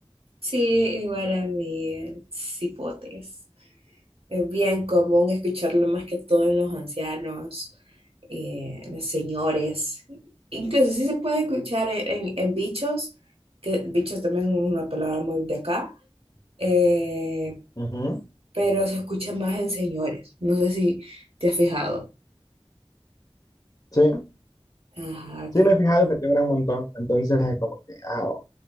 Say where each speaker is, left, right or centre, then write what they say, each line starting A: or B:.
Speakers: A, on the right; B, on the left.
A: Sí, igual a mí, eh, cipotes. Es bien común escucharlo más que todo en los ancianos, eh, en los señores. Incluso sí se puede escuchar en, en- en bichos, que bichos también es una palabra muy de acá, eh,
B: Ujú,
A: pero se escucha más en señores. No sé si te has fijado.
B: Sí,
A: Ajá,
B: sí
A: que,
B: me he fijado que tiene un gran montón. Entonces es como que, ah, oh,